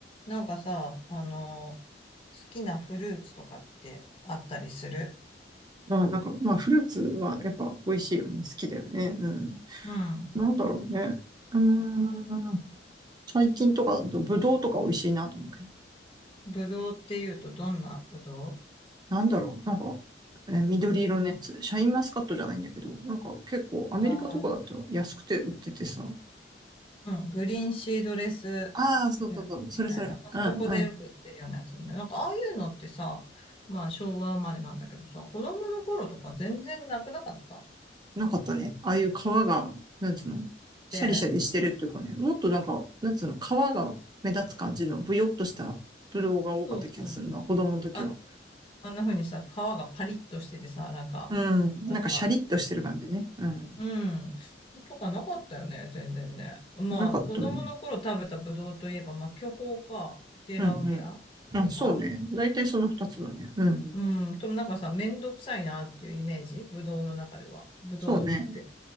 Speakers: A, on the left; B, on the right.
A: なんかさ、あのー好きなフルーツとかってあったりする
B: まあなんか、まあフルーツはやっぱ美味しいよね。好きだよね。うん。
A: うん。
B: なんだろうね。うーん。最近とかだとブドウとか美味しいなと思うけど。
A: ぶどうっていうとどんなぶどう
B: なんだろう。なんか、えー緑色のやつ。シャインマスカットじゃないんだけど、なんか結構アメリカとかだと安くて売っててさ。
A: ああー、うん。グリーンシードレス、
B: ああ、そうそうそう。
A: うんみたいな。
B: それそれ。
A: コストコでよく売ってるようなやつね。
B: うんうん。
A: なんかああいうのってさ、まあ昭和生まれなんだけどさ、子供の頃とか全然なくなかった
B: なかったね。ああいう皮が、なんつうの、シャリシャリしてるっていうかね。
A: で、
B: もっとなんか、なんつうの、皮が目立つ感じのブヨっとしたブドウが多かった気がするな。
A: そうそう。
B: 子供の時は。
A: あ、あんな風にさ、皮がパリッとしててさ、なんか、
B: うん。
A: なんか、
B: なんかシャリッとしてる感じね。うん。
A: うん。とかなかったよね、全然ね。まあ、
B: なかったね。
A: 子供の頃食べたブドウといえば、まあ、巨峰か、デラウェアとか。
B: うんうん。あ、そうね。大体その二つだね。うん。
A: うん。ともなんかさ、めんどくさいなっていうイメージ、ブドウの中では。ブドウって。
B: そうね。